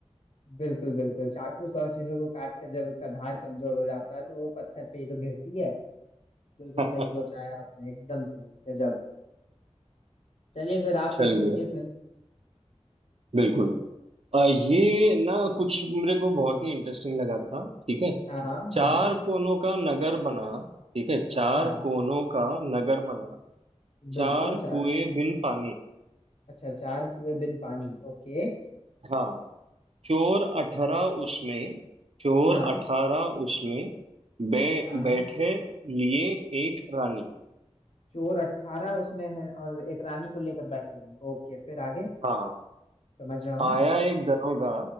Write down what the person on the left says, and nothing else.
बिल्कुल बिल्कुल चाकू सौ चीजों को काट कर जब उसका धार कमजोर हो जाता है तो वो पत्थर पे ही तो घिसती है बिल्कुल
सही सोचा है आपने एकदम सही गजब चलिए फिर आप
कुछ पूछिए
फिर
हाँ हाँ
हाँ हाँ
अच्छा
बिल्कुल
चार
अच्छा चार कुएं बिन पानी ओके
हाँ
हाँ
हाँ
चोर अट्ठारह उसमें है और एक रानी को लेकर बैठे हुए हैं ओके फिर आगे
समझ रहा हूँ